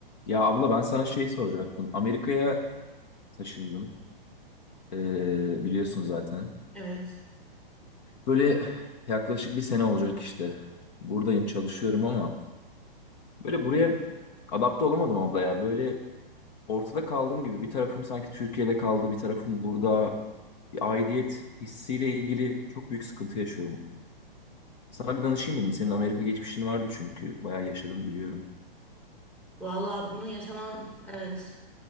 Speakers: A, on the left; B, in the centre.
A: Ya abla ben sana şey soracaktım. Amerika'ya taşındım. Ee, biliyorsun zaten.
B: Evet.
A: Böyle yaklaşık bir sene olacak işte. Buradayım çalışıyorum ama böyle buraya adapte olamadım abla ya. Böyle ortada kaldığım gibi bir tarafım sanki Türkiye'de kaldı, bir tarafım burada. Bir aidiyet hissiyle ilgili çok büyük sıkıntı yaşıyorum. Sana bir danışayım dedim. Senin Amerika geçmişin vardı çünkü. Bayağı yaşadın biliyorum.
B: Vallahi bunu yaşaman evet.